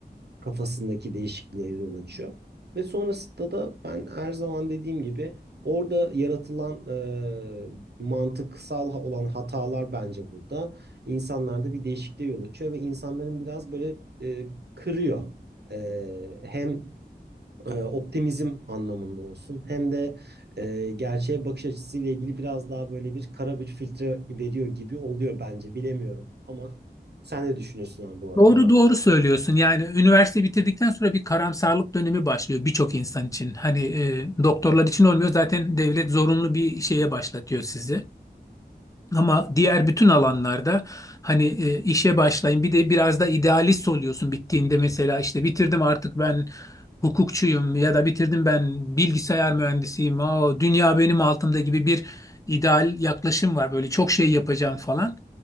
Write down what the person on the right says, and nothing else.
kafasındaki değişikliğe yol açıyor. Ve sonrasında da ben her zaman dediğim gibi orada yaratılan e, mantıksal olan hatalar bence burada insanlarda bir değişikliğe yol açıyor ve insanların biraz böyle e, kırıyor ee, hem e, optimizm anlamında olsun hem de e, gerçeğe bakış açısıyla ilgili biraz daha böyle bir kara bir filtre veriyor gibi oluyor bence. Bilemiyorum ama sen ne düşünüyorsun abi bu arada?